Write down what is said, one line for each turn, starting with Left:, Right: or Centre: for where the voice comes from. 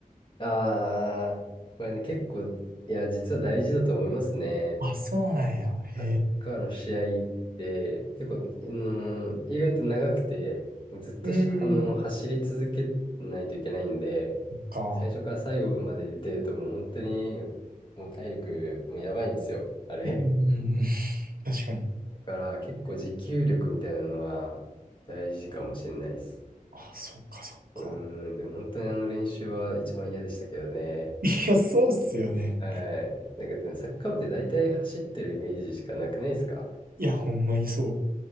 Left: ああ、これね、結構、いや、実は大事だと思いますね。
Right: あ、そうなんや。へえ。
Left: サッカーの試合って結構、うーん、意外と長くて、ずっとしあの、
Right: うーん。
Left: 走り続けないといけないんで、
Right: か。
Left: 最初から最後まで出てるともう本当にもう体力もうやばいんですよ、あれ。
Right: うーん。確かに。
Left: だから結構持久力みたいなのは大事かもしれないです。
Right: あ、そっかそっか。
Left: うーん、でも本当にあの練習は一番嫌でしたけどね。
Right: いや、そうっすよね。
Left: はい。なんかでもサッカー部って大体走ってるイメージしかなくないですか
Right: いや、ほんまにそう。